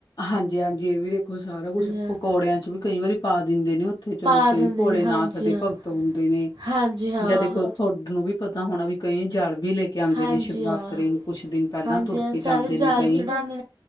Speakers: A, on the left (about 60°); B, on the right (about 70°).
A: ਹਾਂਜੀ-ਹਾਂਜੀ। ਇਹ ਵੀ ਸਾਰਾ ਕੁੱਛ
B: ਹਾਂ
A: ਪਕੌੜਿਆਂ ਚ ਵੀ ਕਈ ਵਾਰੀ ਪਾ ਦਿੰਦੇ ਨੇ, ਉੱਥੇ ਚਲੋ
B: ਪਾ
A: ਕਈ
B: ਦਿੰਦੇ
A: ਭੋਲੇ
B: ਨੇ ਹਾਂਜੀ
A: ਨਾਥ ਦੇ
B: ਹਾਂ
A: ਭ- ਗਤ ਹੁੰਦੇ ਨੇ
B: ਹਾਂਜੀ ਹਾਂ,
A: ਜਾਂ ਦੇਖੋ ਥੋਨੂੰ ਵੀ ਪਤਾ ਹੋਣਾ ਵੀ ਕਈ ਜਲ ਵੀ ਲੈ ਕੇ ਆਦੇ
B: ਹਾਂਜੀ
A: ਨੇ। ਸ਼ਿਵਰਾਤਰੀ
B: ਹਾਂ,
A: ਨੂੰ ਕੁਛ ਦਿਨ ਪਹਿਲਾਂ
B: ਹਾਂਜੀ
A: ਤੁਰ
B: ਹਾਂ
A: ਕੇ
B: ਸਾਰੇ
A: ਜਾਂਦੇ
B: ਜਲ
A: ਨੇ ਕਈ।
B: ਚੜਾਉਂਦੇ